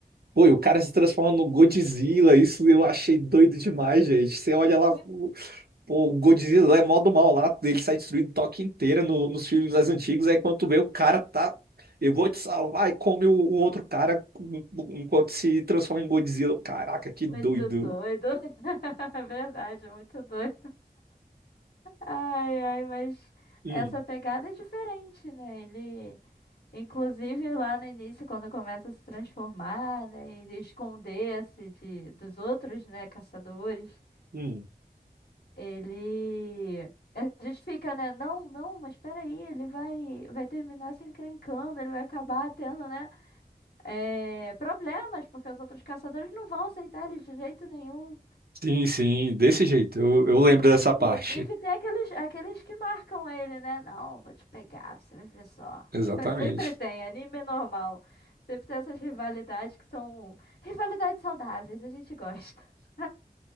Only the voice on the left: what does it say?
Muito,
muito
doido. <laughs> É Verdade, muito doido. Ai, ai, mas
essa pegada é diferente, né? Ele Inclusive lá no início, quando começa a se transformar, né, e esconder-se de dos outros, né, caçadores,
ele a gente fica, né, não, não, mas peraí, ele vai vai terminar se encrencando, ele vai acabar tendo, né, eh, problemas, porque os outros caçadores não vão aceitar ele de jeito nenhum.
Inclusive,
tem aqueles, aqueles que marcam ele, né? Não, vou te pegar, você vai ver só.
<laughs> Sempre tem, anime é normal. Sempre tem essas rivalidades que são rivalidades saudáveis, a gente gosta. <laughs>